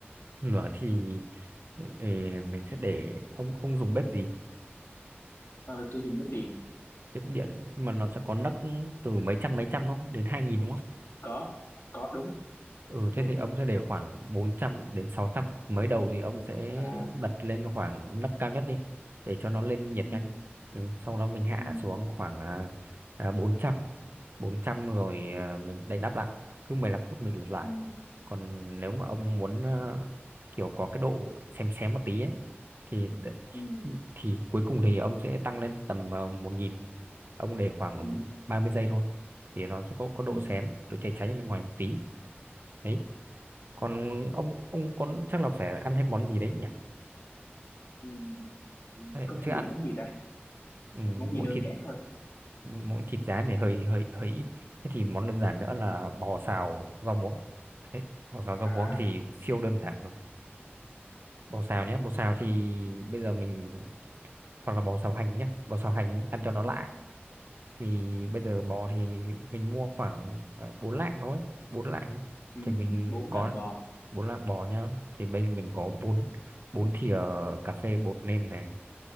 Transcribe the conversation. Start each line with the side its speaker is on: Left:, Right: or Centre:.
Right: lửa thì ừ, mình sẽ để ông ông dùng bếp gì
Left: Ờ, tôi dùng bếp điện.
Right: bếp điện nhưng mà nó sẽ có nấc từ mấy trăm mấy trăm đúng không đến hai nghìn đúng
Left: Có, có đúng,
Right: Ừ
Left: đúng
Right: thế thì
Left: đúng.
Right: ông sẽ để khoảng bốn trăm đến sáu trăm Mới đầu thì ông sẽ
Left: À,
Right: bật lên khoảng nấc cao nhất đi để cho nó lên nhiệt
Left: ừ,
Right: nhanh. Ừ, xong đó mình hạ
Left: ừ,
Right: xuống khoảng à, à, bốn trăm bốn trăm rồi à, mình đậy nắp lại. Cứ 15 phút mình lật lại.
Left: ừ,
Right: Còn nếu mà ông muốn à, kiểu có cái độ xém xém một tí ấy, thì đ-
Left: ừ,
Right: thì cuối cùng thì ông sẽ tăng lên tầm à, một nghìn Ông để khoảng
Left: ừ,
Right: 30 giây thôi thì nó sẽ có có độ
Left: ừ,
Right: xém, độ cháy cháy ở bên ngoài một tí. Đấy còn ông ông con chắc là phải ăn thêm món gì đấy nhỉ
Left: ừ, ừ.
Right: Đấy,
Left: Có
Right: chứ
Left: thêm
Right: ăn
Left: được món gì ta?
Right: ừ,
Left: Món
Right: mỗi
Left: gì đơn
Right: thịt
Left: giản thôi.
Right: mỗi thịt rán thì hơi hơi hơi ít thế thì món đơn giản nữa
Left: Ừ.
Right: là bò xào rau muống thế bò xào rau
Left: À,
Right: muống thì siêu đơn giản rồi bò xào nhé bò xào thì bây giờ mình hoặc là bò xào hành nhé bò xào hành ý, ăn cho nó
Left: ừ,
Right: lạ thì bây giờ bò thì mình mua khoảng ờ, bốn lạng thôi bốn lạng
Left: ừ,
Right: thì mình
Left: bốn
Right: có
Left: lạng bò.
Right: bốn lạng bò nhá thì bây giờ mình có bốn bốn thìa cà phê bột nêm này